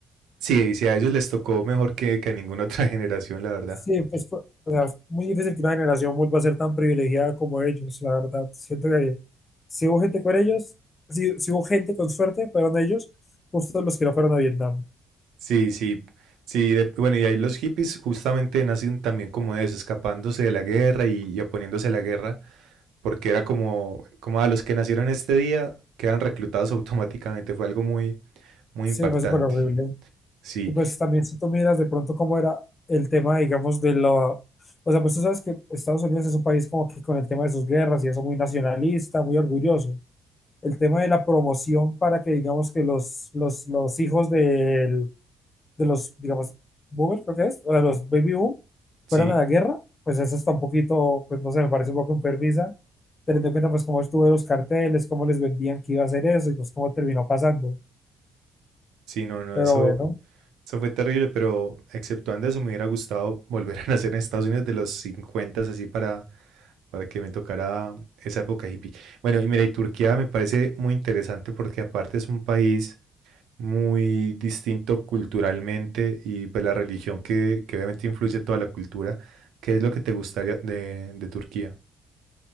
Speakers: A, on the right; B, on the left.
A: Sí, y sí, a ellos les tocó mejor que, que a ninguna <laughs> otra generación, la verdad.
B: Sí, pues o sea, es muy difícil que una generación vuelva a ser tan privilegiada como ellos, la verdad. Siento que si hubo gente con ellos, si, si hubo gente con suerte, fueron ellos, justo los que no fueron a Vietnam.
A: Sí, sí, sí, de- bueno, y ahí los hippies justamente nacen también como de eso, escapándose de la guerra y, y oponiéndose a la guerra. porque era como, como a los que nacieron este día quedan reclutados <laughs> automáticamente. Fue algo muy, muy
B: Sí,
A: impactante.
B: fue súper horrible.
A: Sí,
B: Y pues también si tú miras de pronto cómo era el tema, digamos, de lo... O sea, pues tú sabes que Estados Unidos es un país como que con el tema de sus guerras y eso muy nacionalista, muy orgulloso. El tema de la promoción para que digamos que los, los, los hijos del de los, digamos, boomers, creo que es, o de los baby boom,
A: sí,
B: fueran a la guerra, pues eso está un poquito, pues no sé, me parece un poco enfermiza, teniendo en cuenta pues cómo estuvo los carteles, cómo les vendían que iba a hacer eso y pues cómo terminó pasando.
A: sí, no, no,
B: Pero
A: eso,
B: bueno,
A: eso fue terrible, pero exceptuando eso, me hubiera gustado <laughs> volver a nacer en Estados Unidos de los 50, así para, para que me tocara esa época hippie. Bueno, y mira, y Turquía me parece muy interesante porque aparte es un país muy distinto culturalmente y pues la religión que, que obviamente influye toda la cultura. ¿Qué es lo que te gustaría de, de Turquía?